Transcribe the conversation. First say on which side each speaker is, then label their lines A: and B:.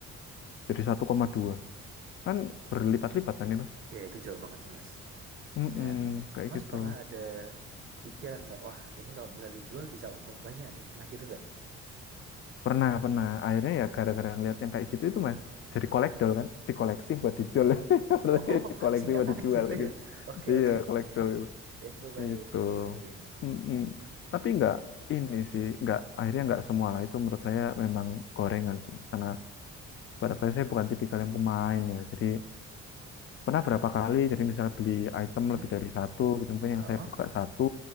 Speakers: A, on the left; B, on the right.
A: Jadi satu koma dua kan berlipat-lipat kan itu.
B: ya itu jauh banget sih Mas.
A: Mm-mm,
B: Dan
A: kayak
B: Mas
A: gitu.
B: pernah ada pikiran nggak, "Wah ini kalau misalnya dijual bisa untung banyak nih," pernah gitu nggak?
A: Pernah, pernah. Akhirnya ya gara-gara ngeliat yang kayak gitu itu Mas jadi kolekdol kan, dikoleksi buat dijual. <laughs>
B: Oh <laughs>
A: Koleksi
B: singkatannya
A: buat dijual
B: gitu
A: kan gitu.
B: ya? Oke
A: Iya,
B: oke,
A: kolektor itu.
B: info baru
A: Itu.
B: info baru ini.
A: Mm-mm. Tapi nggak ini sih, nggak akhirnya nggak semua lah. Itu menurut saya memang gorengan sih, karena pada saya saya bukan tipikal yang pemain ya. Jadi pernah berapa kali, jadi misalnya beli item
B: Mhm,
A: lebih dari satu gitu, mungkin yang
B: heeh,
A: saya buka satu,